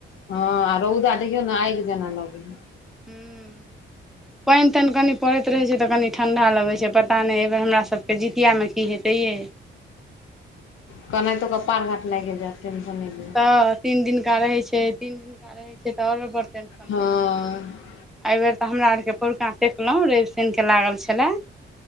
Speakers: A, on the left; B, in the centre.
A: हँ रौदा देखियौ ने आगि जेना लगै हइ।
B: हूँ। पाइन ताइन कनी पड़ैत रहे छै तऽ कनी ठंडा लगे छै पता नइ। अइ बेर हमरा सबके जितिआमे की हेतै यै।
A: केनाहितो क पार घाट लाइगे जायत टेंशन नहि लिअ।
B: तऽ तीन दिनका रहै छै तीन दिनका रहै छै तऽ आओरो बड़ टेंशन
A: हँ
B: भऽ जाइ हइ। अइबेर तऽ हमरा आरके पोरका टेकलहुँ रवि शैनिकेे लागल छलाय।